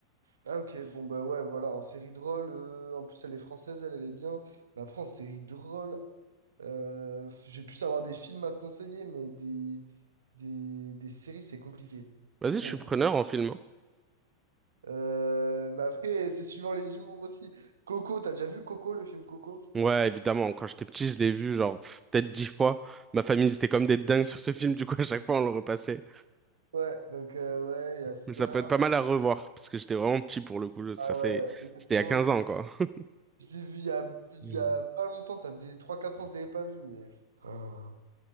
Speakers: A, on the right; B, on the right.
A: Ah ok, bon bah ouais, voilà, en série drôle, euh, en plus elle est française, elle, elle est bien. Mais après, en série drôle, euh, j'ai pu savoir des films à te conseiller, mais des, des, des séries, c'est compliqué,
B: Vas-y,
A: je trouve.
B: je suis preneur en film. hein.
A: Euh, mais après, c'est suivant les humours aussi. Coco, t'as déjà vu Coco, le film Coco?
B: Ouais, évidemment, quand j'étais petit, je l'ai vu genre pff, peut-être dix fois. Ma famille, c'était comme des dingues sur ce film, du coup, à chaque fois, on le repassait.
A: Ouais, donc euh, ouais, il y a ça.
B: Mais ça peut être pas mal à revoir, parce que j'étais vraiment petit pour le coup. Ça
A: Ah
B: fait...
A: ouais, honnêtement,
B: C'était il y a 15
A: je
B: ans,
A: l'ai
B: quoi. <laughs>
A: je l'ai vu il y a, il
B: Hmm.
A: y a pas longtemps, ça faisait trois quatre ans que je l'avais pas vu, mais... Ah,